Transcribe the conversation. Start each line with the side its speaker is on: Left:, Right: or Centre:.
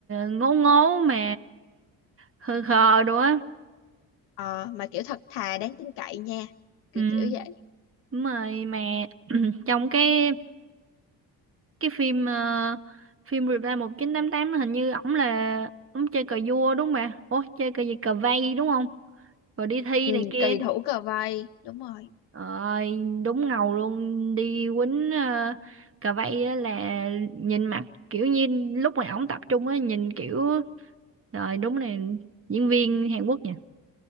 Right: ngố ngố mà khờ khờ đồ á.
Left: Ờ mà kiểu thật thà đáng tin cậy nha. Kiểu
Right: Ừ,
Left: kiểu vậy.
Right: đúng rồi mà <clears throat> trong cái cái phim ờ, phim Reply 1988 nó hình như ổng là ổng chơi cờ vua đúng không bà? Ủa chơi cờ gì cờ vây đúng không? Rồi đi thi
Left: Ừ,
Right: này kia.
Left: kỳ thủ cờ vây, đúng rồi.
Right: Ơi, đúng ngầu luôn đi quýnh ờ, cà vây á là nhìn mặt kiểu như lúc mà ổng tập trung á nhìn kiểu rồi đúng này diễn viên Hàn Quốc nha